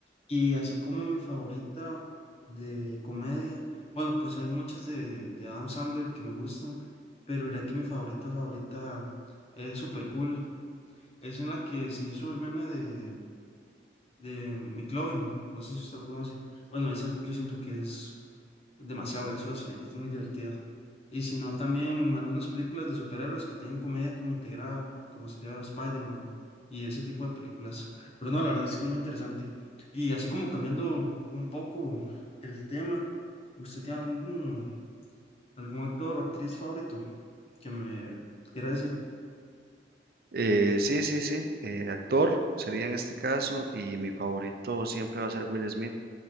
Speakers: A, on the left; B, on the right.
A: Y así como mi favorita de comedia, bueno, pues hay muchas de, de Adam Sandler que me gustan, pero diría que mi favorita favorita es Super Cool. Es en la que se hizo el meme de, de McLovin, no sé si usted lo conoce. Bueno, esa yo siento que es demasiado graciosa, y es muy divertida. Y si no, también algunas películas de superhéroes que tienen comedia como integrada, como sería Spider-Man y ese tipo de películas. Pero no, la verdad es que muy interesante. Y así como cambiando un poco el tema, ¿usted tiene algún, algún actor o actriz favorito que me quiera decir?
B: Eh, sí, sí, sí, eh, actor sería en este caso y mi favorito siempre va a ser Will Smith.